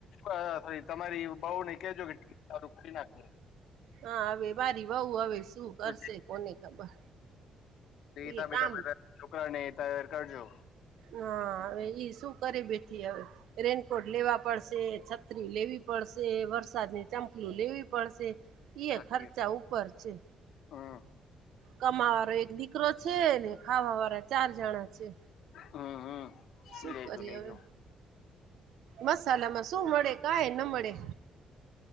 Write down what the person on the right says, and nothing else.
હા અવે મારી બહુ હવે શું કરશે
કોને ખબર
એ કામ
હા હવે ઈ શું કરી બેઠી હવે રેનકોટ લેવા પડશે શે છત્રી લેવી પડશે વરસાદની ચંપલી લેવી પડશે ઈ
એ ખર્ચા ઉપર છે.
કમાવારો એક દીકરો છે ને ખાવા વાળા ચાર જણા છે.
શું
કરીએ
હવે મસાલામાં શું મળે કાય ન મળે